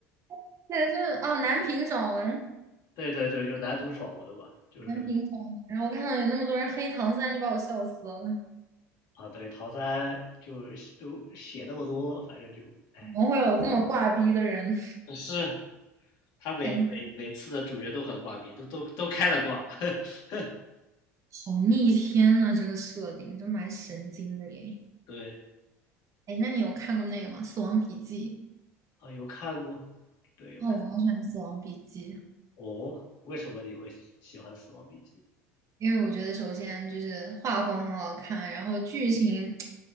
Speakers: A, on the right; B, on the left.
A: <laughs> 对，就是哦，南屏爽文，
B: 对对对，就男主爽文嘛，就是
A: 南屏爽文。然后我看到有那么多人黑唐三，就把我笑死了。
B: 啊，对唐三就是都写那么多，反正就哎，
A: 怎么会有这么挂逼的人？
B: 是他每每每次的主角都很挂逼，
A: 太逆
B: 都都都开了挂。<laughs>
A: 好逆天呐、这个设定真蛮神经的耶。
B: 对
A: 哎，那你有看过那个吗？《死亡笔记》
B: 啊，有看过，对有看。
A: 哦，我好喜欢《死亡笔记》。
B: 哦，为什么你会喜欢《死亡笔记》？
A: 因为我觉得首先就是画风很好看，然后剧情